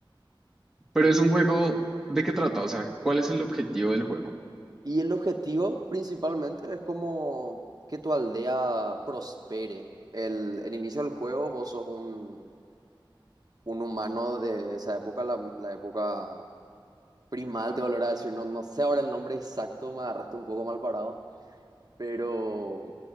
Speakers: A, in the centre; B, on the right.
A: Pero es un juego, ¿de qué trata? O sea, ¿cuál es el objetivo del juego?
B: Y el objetivo principalmente es como que tu aldea prospere. El, el inicio del juego, vos sos un, un humano de esa época, la, la época primal, te volverá a decir. No, no sé ahora el nombre exacto, me agarraste un poco mal parado. Pero,